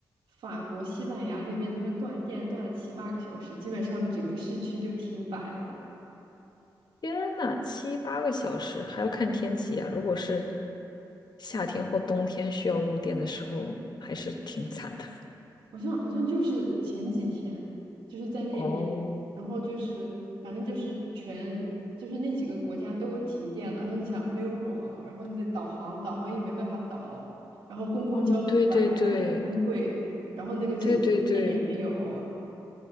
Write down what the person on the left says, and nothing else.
天呐，七八个小时还要看天气啊！如果是夏天或冬天需要用电的时候，还是挺惨的。
哦
哦，对对对
对对对，